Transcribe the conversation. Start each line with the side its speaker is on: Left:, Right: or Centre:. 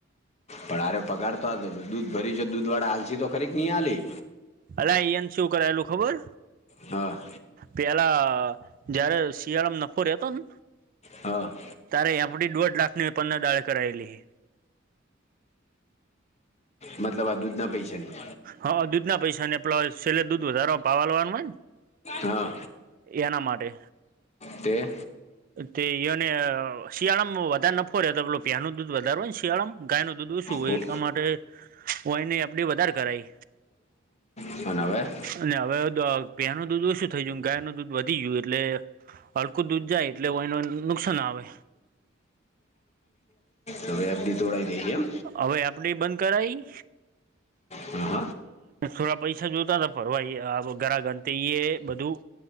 Left: પણ હરે પગાર તો આ દૂધ ભરી છે દૂધવાળા હાલસી તો ખરી નિહાલી.
Right: અરે એ એમ શું કરાયેલું ખબર.
Left: હા.
Right: પેલા જયારે શિયાળામાં નફોરતો ને.
Left: હા.
Right: તારે એં પી દોઢ લાખની પંદર દાળે કરાયેલી.
Left: મતલબ આ દૂધ ના પૈસા નહી?
Right: હ દૂધના પૈસાને પ્લસ છેલ્લે દૂધ વધારો ભાવ આલવાનો હોય
Left: હા.
Right: એના માટે.
Left: તે?
Right: તે એને શિયાળામાં વધારે નફો રે તો પલો પ્યાનું દૂધ વધારારે હોય ને શિયાળામાં ગાય નનું દૂધ ઓછું હોય
Left: ઓ,
Right: એટલા માટે. હોય ન અડી વધારે કરાઈ
Left: શ નાવે?
Right: અને હવે પેનું દૂધ ઓછું થઈ ગયું ગાય નું દૂધ વધી ગયું એટલે હડકું દૂધ જાય એટલે હોને નુકસાન આવે.
Left: હવે એ બધી તોડાય દે છે એમ.
Right: હવે આપડી બંધ કરાઈ.
Left: હમ.
Right: થોડા પૈસા જોતા ફરવા ઘરા ગંતઈ બધું.